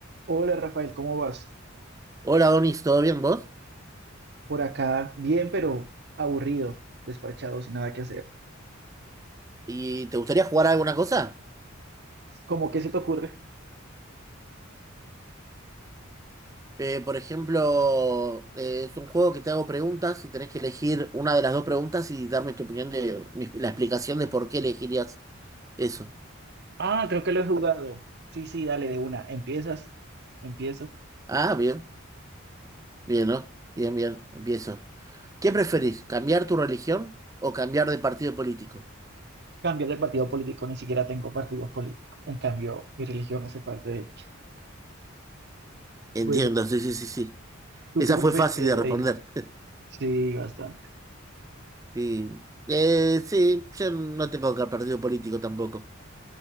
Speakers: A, on the right (about 55°); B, on the right (about 15°).
A: Hola Rafael, ¿cómo vas?
B: Hola Donis, ¿todo bien vos?
A: Por acá, bien, pero aburrido, despachado, sin nada que hacer.
B: ¿Y te gustaría jugar a alguna cosa?
A: ¿Cómo que se te ocurre?
B: Eh, por ejemplo, eh, es un juego que te hago preguntas y tenés que elegir una de las dos preguntas y darme tu opinión de mi- la explicación de por qué elegirías eso.
A: Ah, creo que lo he jugado. Sí, sí, dale de una. Empiezas, empiezo.
B: Ah, bien, bien, ¿no? Bien, bien, empiezo. ¿Qué preferís? ¿Cambiar tu religión o cambiar de partido político?
A: Cambiar de partido político, ni siquiera tengo partido político. En cambio, mi religión hace parte de ella.
B: Entiendo,
A: Bueno,
B: sí, sí, sí, sí.
A: ¿tú
B: Esa
A: qué preferirías
B: fue fácil de responder.
A: ahí?
B: <laughs>
A: Sí, bastante.
B: Sí, Eh, sí, yo no tengo que partido político tampoco,